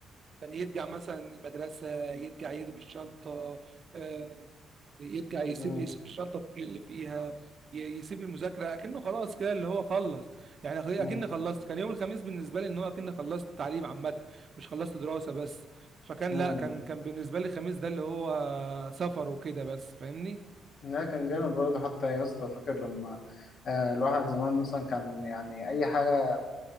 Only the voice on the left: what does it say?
مم.
مم.
مم.
لا كان جامد برضه حتى يا اسطى فاكر لما آه الواحد زمان مثلا كان يعني اي حاجه